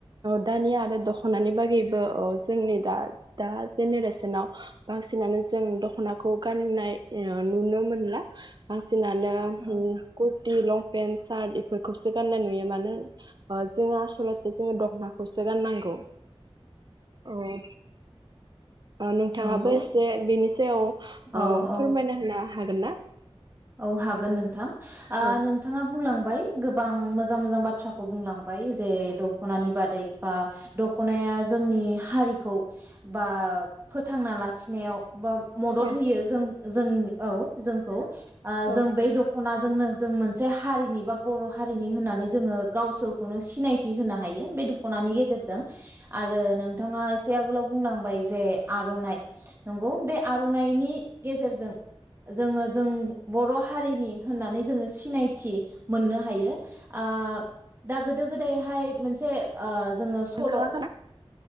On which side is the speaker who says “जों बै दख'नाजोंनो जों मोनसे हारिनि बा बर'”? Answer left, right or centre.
Right